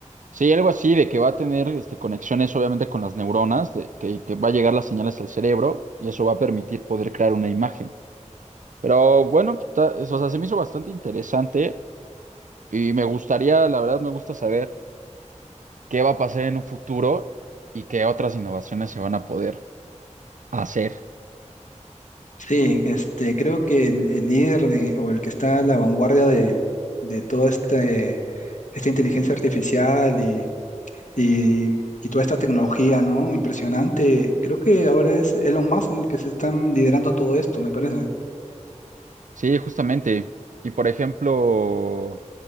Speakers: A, on the right; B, on the left.
A: Sí, algo así de que va a tener este, conexiones obviamente con las neuronas, de que, que va a llegar las señales al cerebro y eso va a permitir poder crear una imagen. Pero bueno, está- es- o sea, se me hizo bastante interesante y me gustaría, la verdad me gusta saber qué va a pasar en un futuro y qué otras innovaciones se van a poder hacer.
B: Sí, este, creo que el, el líder de- o el que está a la vanguardia de, de toda este, esta inteligencia artificial y, y- y toda esta tecnología, ¿no? Impresionante. Creo que ahora es Elon Musk en el que se están liderando todo esto, me parece.
A: Sí, justamente. Y por ejemplo,